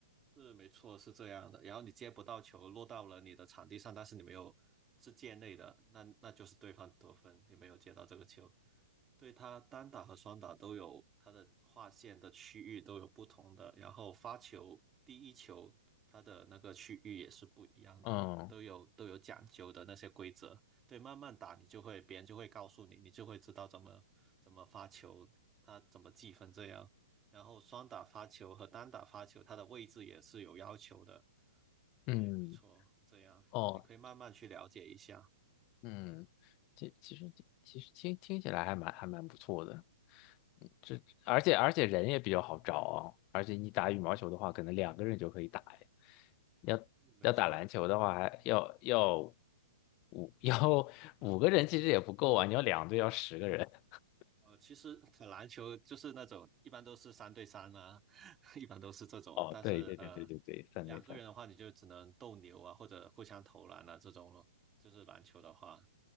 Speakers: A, on the right; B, on the left.
A: 是没错，是这样的。然后你接不到球，落到了你的场地上，但是你没有是界内的，那那就是对方得分，你没有接到这个球。对他单打和双打都有他的划线的区域都有不同的，然后发球第一球他的那个区域也是不一样的，
B: 嗯
A: 都有都有讲究的那些规则。对，慢慢打你就会，别人就会告诉你，你就会知道怎么怎么发球，他怎么计分这样。然后双打发球和单打发球，它的位置也是有要求的。对，
B: 嗯，
A: 没错，是这样，
B: 哦，
A: 你可以慢慢去了解一下。
B: 嗯，其其实其实听听起来还蛮还蛮不错的，嗯，这而且而且人也比较好找啊，而且你打羽毛球的话，可能两个人就可以打呀。要要打篮球的话，
A: 嗯没错，
B: 还要要五 <laughs> 要五个人其实也不够啊，你要两队要十个人。<laughs>
A: 呃，其实篮球就是那种一般都是三对三啊，<laughs> 一般都是这种，
B: 哦，
A: 但是呃，
B: 对对对对对对，三对三，
A: 两个人的话你就只能斗牛啊，或者互相投篮啊这种咯。就是篮球的话，